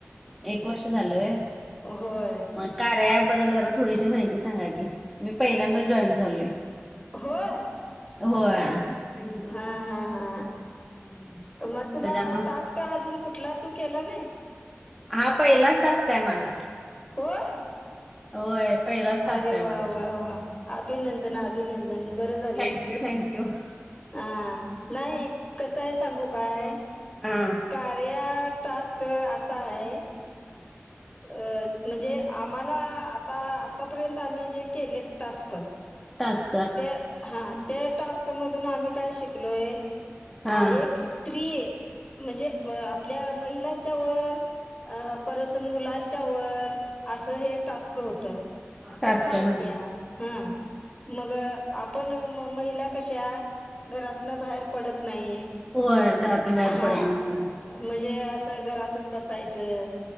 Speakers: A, in the centre; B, on the left.
A: एक वर्ष होय झालंय.
B: होय.
A: मग, कार्या ॲप बद्दल जरा थोडीशी माहिती सांगा की, मी पहिल्यांदा जॉईन झालोय.
B: होय,
A: होय.
B: हा हा हा मग तुला,
A: त्याच्यामुळ
B: टास्क अजून कुठला तु केला नाहीस.
A: हा पहिलाच टास्क आहे माझा.
B: होय,
A: होय पहिलाच टास्क
B: अरे
A: आहे
B: वा
A: माझा.
B: वा वा! अभिनंदन, अभिनंदन बरं झालं
A: Thank you
B: की.
A: thank you.
B: हा, नाही कस हाय सांगू काय?
A: हां,
B: कार्या टास्क असा आहे. अ, म्हणजे आम्हाला आता, आतापर्यंत आम्ही जे केले टास्क-
A: टाक्स,
B: त्या, हा त्या टास्कमधून आम्ही काय शिकलोय,
A: हा
B: एक स्त्री, म्हणजे आपल्या- महिलांच्या वर, अ परत मुलांच्या वर, असं हे टास्क होत.
A: टास्क
B: कथा होत्या,
A: हा
B: हा. मग, आपण म महिला कशा, घरातन बाहेर पडत नाहीत.
A: होय घरातून बाहेर
B: हा.
A: पडत नाहीत.
B: म्हणजे असं घरातच बसायचं,